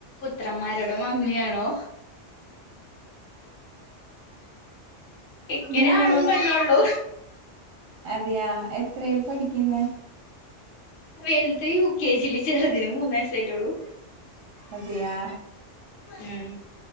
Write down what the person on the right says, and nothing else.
നിങ്ങളോ
അതെയാ എത്രേൽ പഠിക്ക്ന്നെ
അതെയാ